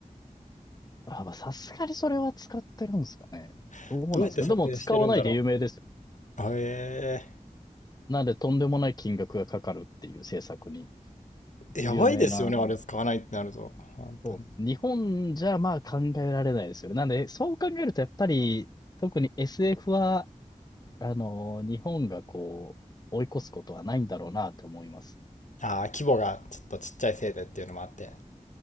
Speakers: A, on the left (about 30°); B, on the left (about 60°).
A: あ、まあさすがにそれは使ってるんですかね。
B: <laughs>
A: どうなんですかでも使わないで有名ですよ。
B: どうやって撮影してるんだろう。あえ
A: なんでとんでもない金額がかかるっていう制作に
B: ー、やばいですよね、
A: 有名な
B: あれ使わないってなると。本当に。
A: そうです。日本じゃまあ考えられないですよね。なんで、そう考えるとやっぱり、特に SF は、あの、日本がこう、追い越すことはないんだろうなと思います。
B: ああ、規模がちょっとちっちゃいせいでっていうのもあって。